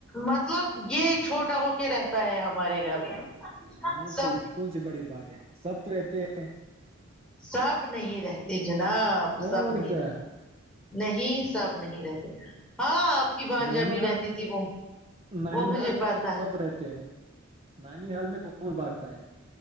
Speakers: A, in the centre; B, on the right.
A: مطلب یہ چھوٹا ہو کے رہتا ہے ہمارے گھر میں
B: ہاں
A: سب
B: تو یہ کون سی بڑی بات ہے سب تو رہتے ہیں
A: سب نہیں رہتے جناب
B: اور
A: سب نہیں
B: کیا
A: رہتے نہیں سب نہیں رہتے ہاں آپ کی بانجیا
B: نانی
A: بھی
B: حا-
A: رہتی تھی وہ
B: نانی
A: وہ مجھے
B: حال میں
A: پا
B: تو
A: ہے
B: سب رہتے ہیں نانی حال میں کوول بھاگتا ہے